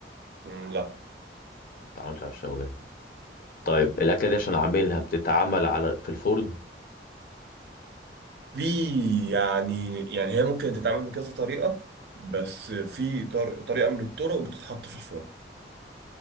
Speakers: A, on the right; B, on the left.
A: مم، لا
B: ما بتتعملش على الشواية طيب الأكلة دي عشان أعملها بتتعمل على في الفرن؟
A: في يعني يعني هي ممكن تتعمل بكذا طريقه بس في طر... طريقه من الطرق بتتحط في الفرن